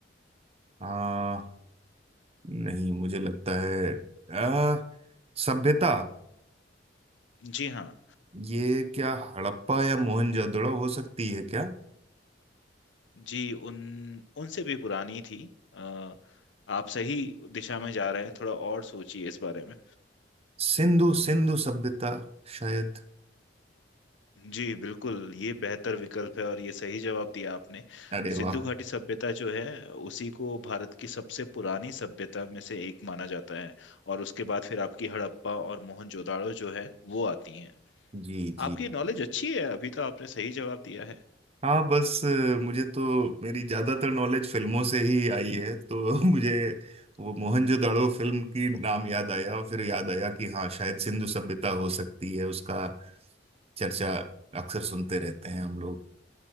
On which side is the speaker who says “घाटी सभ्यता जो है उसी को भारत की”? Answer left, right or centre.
Left